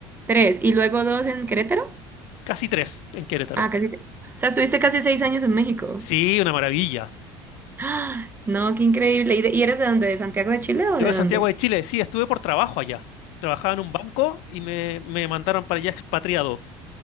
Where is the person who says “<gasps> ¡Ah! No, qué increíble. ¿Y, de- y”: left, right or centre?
Right